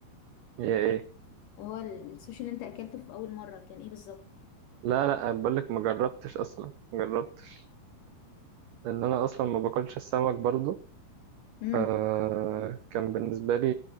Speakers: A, on the right; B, on the left.
A: يا ايه
B: هو السوشي اللي انت اكلته في اول مره كان ايه بالظبط
A: لا لا بقول لك ما جربتش اصلا ما جربتش لان انا اصلا ما باكلش السمك برضه
B: امم
A: فكان بالنسبة لي